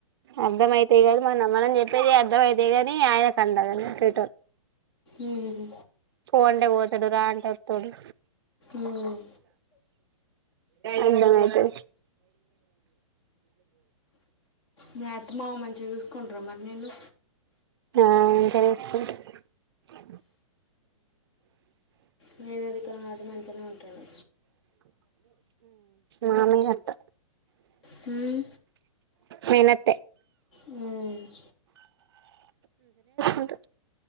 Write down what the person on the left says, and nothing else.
ఉమ్.
ఉమ్.
మీ అత్త మామ మంచిగా చూసుకుంటారా మరి నిన్ను
నేనైతే ఇక్క వున్నపనుంచే మంచిగనే ఉంటండు
హ్మ్
హ్మ్